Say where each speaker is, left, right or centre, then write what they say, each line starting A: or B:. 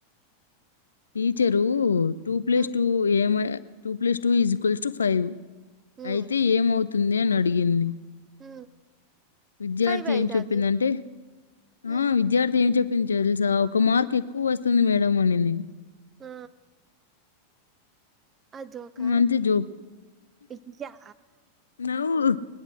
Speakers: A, on the left; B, on the right.
A: teacher two plus
B: um
A: two ఏమ two plus two equals to five
B: um
A: అయితే ఏమవుతుంది అని అడిగింది.
B: ఉమ్
A: విద్యార్థి
B: ఫైవ్ అయితాది
A: ఏం చెప్పిందింటే
B: ఉమ్
A: ఆ విద్యార్థి ఏం చెప్పి పిలిచి తెలుసా ఒక మార్క్ ఎక్కువ వస్తుంది మేడం అనింది.
B: హ అదోకా
A: ఉమ్, అంతే జోక్.
B: ఇ యా
A: నవ్వు.